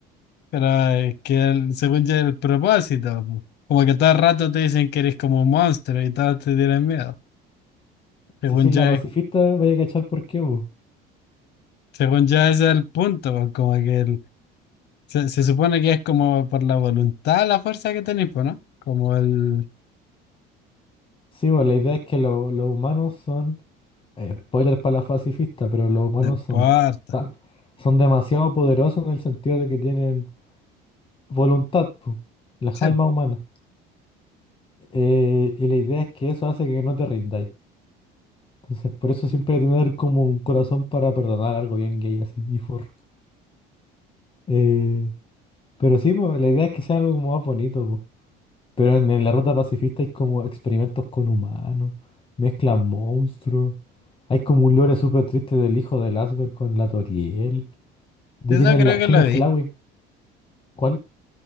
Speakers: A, on the left; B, on the left.
A: pero es que el- según ya el propósito, pues. Como que todo el rato te dicen que eres como un monstruo y todos te tienen miedo. Según
B: Si sois
A: ya,
B: la pacifista, vaya a cachar por qué, bu.
A: según ya ese es el punto, pues, como que el- se, se supone que es como por la voluntad, la fuerza que tenéis, pues, ¿no? Como el...
B: Sí, pues la idea es que lo- los humanos son. eh, spoiler para la pacifista, pero los humanos
A: No importa.
B: son tan, son demasiado poderosos en el sentido de que tienen voluntad, pues, las
A: Sí,
B: almas humanas. Eh, y la idea es que eso hace que no te rindáis. Entonces, por eso siempre hay que tener como un corazón para perdonar algo bien gay así, y for. Eh, pero sí, pues la idea es que sea algo como más bonito, pues. Pero en, en la ruta pacifista hay como experimentos con humanos, mezclan monstruos. Hay como un lore súper triste del hijo de Asgore con la Toriel. ¿De
A: eso
B: quién es
A: creo
B: la,
A: que
B: quién
A: lo
B: es
A: vi.
B: Flawey? ¿Cuál?